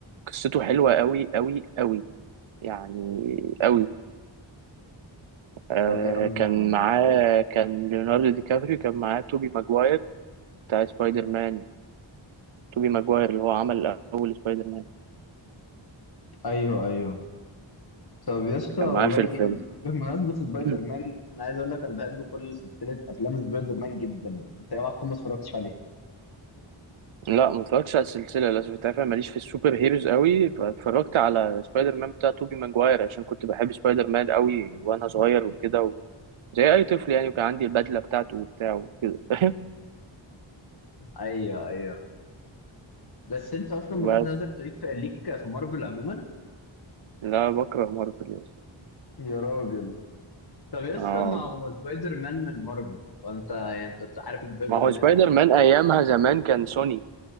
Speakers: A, on the right; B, on the left.
A: قصته حلوة قوي قوي قوي يعني قوي آه
B: طب يا عم
A: كان معاه كان ليوناردو دي كابريو كان معاه توبي ماجواير بتاع سبايدر مان توبي ماجواير اللي هو عمل أول سبايدر مان
B: ايوه ايوه طب يا اسطى
A: كان
B: والله
A: معاه في الفيلم
B: جامد بمناسبه سبايدر
A: <clears throat>
B: مان انا عايز اقول لك انا بحب كل سلسله افلام سبايدر مان جدا انت إيه، اوعى تكون ما اتفرجتش عليها
A: لا ما اتفرجتش على السلسلة للأسف انت عارف أنا ماليش في السوبر هيروز قوي فاتفرجت على سبايدر مان بتاع توبي ماجواير عشان كنت بحب سبايدر مان قوي وأنا صغير وكده و... زي أي طفل يعني وكان عندي البدلة بتاعته وبتاع وكده <laughs>
B: ايوه ايوه بس انت اصلا
A: بس
B: بغض النظر انت ليك في ليك في مارفل عموما
A: لا بكره مارفل يا اسطى
B: يا راجل طب يا اسطى
A: آه.
B: ما هو سبايدر مان من مارفل وانت يعني انت عارف سبايدر
A: ما هو
B: مان
A: سبايدر
B: وكده
A: مان ايامها زمان كان سوني